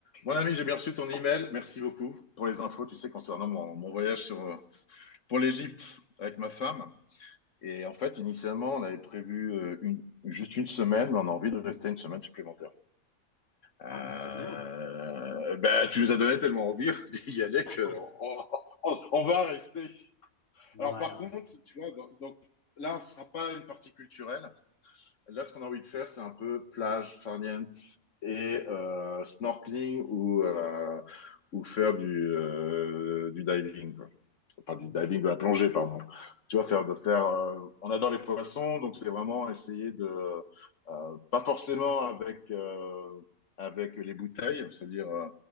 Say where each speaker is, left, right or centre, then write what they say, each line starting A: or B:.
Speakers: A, on the left; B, on the left.
A: Mon ami, j'ai bien reçu ton email. Merci beaucoup pour les infos, tu sais, concernant mon, mon voyage sur, pour l'Égypte avec ma femme. Et en fait, initialement, on avait prévu euh, une- juste une semaine, mais on a envie de rester une semaine supplémentaire. Euh,
B: Ah, ben c'est bien.
A: bah, tu nous as donné tellement envie <laughs> d'y aller
B: <laughs>
A: que on, on- on va rester.
B: Ouais,
A: Alors, par
B: ouais.
A: contre, tu vois, donc, donc, là, on ne sera pas une partie culturelle. Là, ce qu'on a envie de faire, c'est un peu plage, farniente et euh, snorkeling ou, euh, ou faire du, euh, du diving, quoi. Enfin,
B: Mhm.
A: du diving, de la plongée, pardon. Tu vois, faire, de faire, euh, on adore les poissons, donc c'est vraiment essayer de, euh, pas forcément avec, euh, avec les bouteilles, c'est-à-dire, euh,